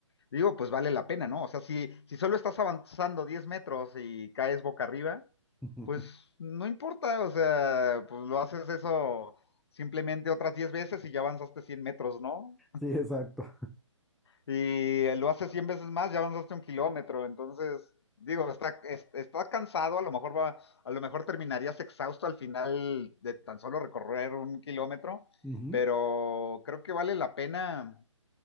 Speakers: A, on the left (about 55°); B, in the centre.
A: Digo, pues vale la pena, ¿no? O sea, si, si solo estás avanzando 10 metros y caes boca arriba,
B: <laughs>
A: pues no importa, o sea, pues lo haces eso simplemente otras 10 veces y ya avanzaste 100 metros, ¿no?
B: Sí, exacto.
A: Y eh, lo haces 100 veces más, ya avanzaste un kilómetro, entonces, digo, está, es- está cansado, a lo mejor va, a lo mejor terminarías exhausto al final de tan solo recorrer un kilómetro,
B: Ujú.
A: pero creo que vale la pena